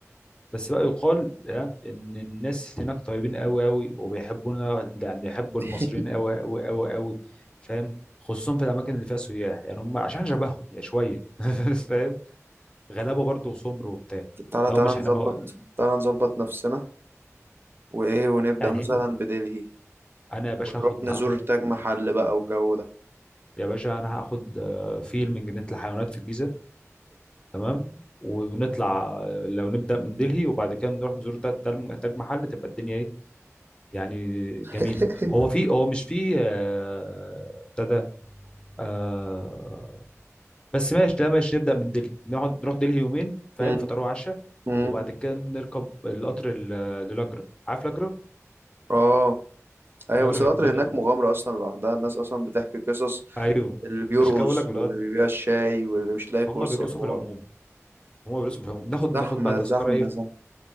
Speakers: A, on the left; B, on the right.
A: بس بقى يقال ها، ان الناس هناك طيبين قوي قوي وبيحبونا يعني يحبوا
B: <laughs>
A: المصريين قوي قوي قوي قوي فاهم خصوصا في الاماكن اللي فيها سياح يعني هم عشان شبههم يا شويه <laughs> فاهم غلابه برضه وسمر وبتاع
B: تعالى
A: لو
B: تعالى
A: مش احنا
B: نظبط
A: مو...
B: تعالى نظبط نفسنا وايه ونبدا
A: بتاع الهند
B: مثلا بدلهي
A: انا يا باشا
B: ونروح
A: هاخد
B: نزور
A: هاخد
B: تاج محل بقى والجو ده
A: يا باشا انا هاخد آه، فيل من جنينه الحيوانات في الجيزه تمام ونطلع آه، لو نبدا من دلهي وبعد كده نروح نزور ده تل- تاج محل تبقى الدنيا ايه يعني
B: <laughs>
A: جميله هو في هو مش في آه، ابتدى آه بس ماشي ده ماشي نبدأ من دلهي نقعد نروح دلهي يومين فاهم
B: مم.
A: فطار وعشاء
B: مم.
A: وبعد كده نركب القطر ال- للاجرة عارف لاجرة؟
B: اه ايوه
A: لاجرة
B: بس
A: جميلة
B: القطر هناك
A: برضه
B: مغامرة اصلا لوحدها الناس اصلا بتحكي قصص
A: ايوه
B: اللي بيرقص
A: عشان كده بقول لك بالقطر
B: واللي بيبيع الشاي واللي مش لاقي كرسي
A: هم بيرقصوا
B: حوار
A: في العموم هم بيرقصوا في العموم ناخد
B: زحمة
A: ناخد بقى تذكرة
B: زحمة
A: ايه
B: زحمة